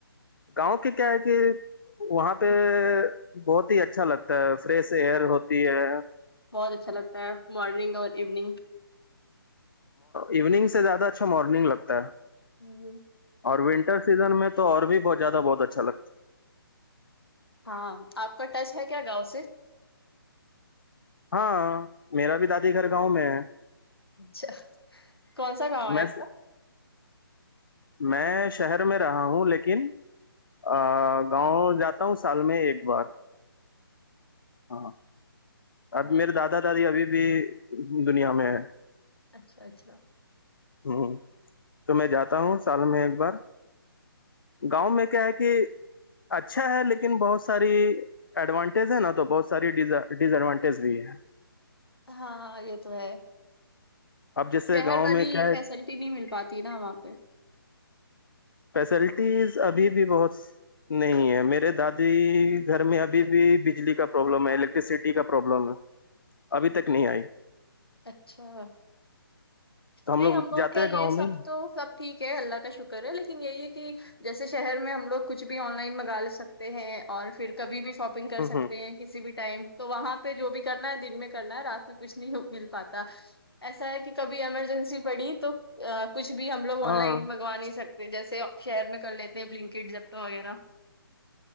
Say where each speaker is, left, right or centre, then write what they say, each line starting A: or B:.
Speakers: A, on the left (about 60°); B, on the left (about 80°).
A: گاؤں کی کیا ہے کہ وہاں پہ بہت ہی اچھا لگتا فریش ایئر ہوتی ہے
B: بہت اچھا لگتا ہے مارننگ اور ایوننگ
A: ایوننگ سے زیادہ اچھا مارننگ لگتا ہے
B: جی
A: اور ونٹر سیزن میں تو اور بھی بت زیادہ بہت اچھا لگتا ہے
B: ہاں آپ کا ٹچ ہے کیا گاؤں سے
A: ہاں میرا بھی دادی گھر گاؤں میں ہے
B: اچھا کون سا گاؤ ہے
A: میں
B: آپ کا
A: میں شہر میں رہا ہوں لیکن ا گاؤں جاتا ہوں سال میں ایک بار ہاں اب
B: اچھا
A: میرے دادا دادی ابھی بھی دنیا میں ہے
B: اچھا اچھا
A: ہوں تو میں جاتا ہوں سال میں ایک بار گاؤں میں کیا ہے کہ اچھا ہے لیکن بہت ساری ایڈوانٹیج ہے نا تو بہت ساری ڈس ایڈوانٹی بھی ہے
B: ہاں یہ تو ہے
A: اب جیسے
B: شہر
A: گاؤں
B: بنی
A: میں کیا ہے
B: فیسلٹی نہیں مل پاتی نا وہاں پہ
A: فیسلٹیز ابھی بھی بہت نہیں ہے میرے دادی گھر میں ابھی بھی بجلی کا پربلم ہے الیکٹرسٹی کا پروبلم ہے ابھی تک نہیں آئی
B: اچھا
A: تو
B: نہیں
A: لوگ
B: ہم لوگوں
A: جاتے
B: کیا
A: ہیں
B: یہ
A: گاؤں
B: سب
A: میں
B: تو سب ٹھیک ہے اللہ کا شکر ہے لیکن یہی ہے کہ جیسے شہر میں ہم لوگ کچھ بھی آن لائن منگا سکتے ہیں اور پھر کبھی بھی شاپگ نگ کر
A: ہ
B: سکتے
A: ہ
B: ہیں کسی بھی ٹائم تو وہاں پہ جو بھی کرنا ہے دن میں کرنا ہے رات میں کچھ نہیں ہو مل پاتا ایسا ہے کہ کبھی ایمرجنسی پڑی تو کچھ بھی ہم لوگ
A: ہاں
B: آن لائن منگا نہیں سکتے جیسےپ شہئر میں کر لیتے اپ لنکٹ جپٹا وغیرہ